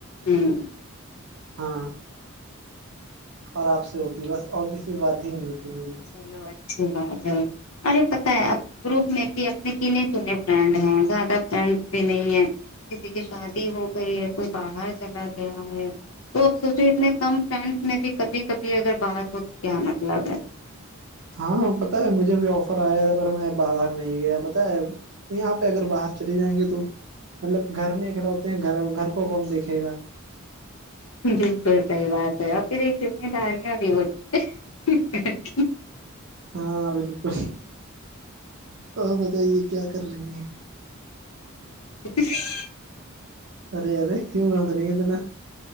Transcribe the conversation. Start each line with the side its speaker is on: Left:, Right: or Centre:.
Left: ہمم
Right: ہاں اور آپ سے ہوتی بس اور کسی بات ہی نہیں ہوتی میری
Left: چلو اچھی بات ہے ارے پتا ہے اب گروپ میں بھی اپنے گینے چنے فرینڈ ہیں زیادہ فرینڈ بھی نہیں ہے کسی کی شادی ہو گئی ہے کوئی باہر چلا گیا ہے تو اپ سوچو اتنے کم فرینڈس میں بھی کبھی کبھی اگر بات ہو تو کیا مطلب ہے
Right: ہاں پتا ہے مجھے بھی آفر آیا تھا پر میں باہر نہیں گیا پتا ہے یہاں پے اگر باہر چلے جائیں گے تو مطلب گھر میں ایک لوتے ہے گھر گھر کو کون دیکھے گا
Left: بالکل صحیح بات ہے اور پھر ایک ذمہ داریاں بھی ہوتی ہیں
Right: ہاں بالکل اور بتائیے کیا کر رہی ہیں
Left: <inaudible>
Right: ارے ارے کیوں حس رہی ہے اتنا